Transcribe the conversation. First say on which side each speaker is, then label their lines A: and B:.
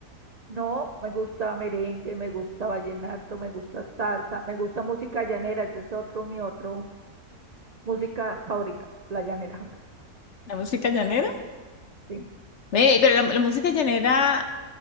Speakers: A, on the right; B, on the left.
A: No, me gusta merengue, me gusta vallenato, me gusta salsa, me gusta música llanera, ese es otro, mi otro música favorita, la llanera. <laughs>
B: ¿La música llanera?
A: Sí.
B: Ve, pero la, la música llanera,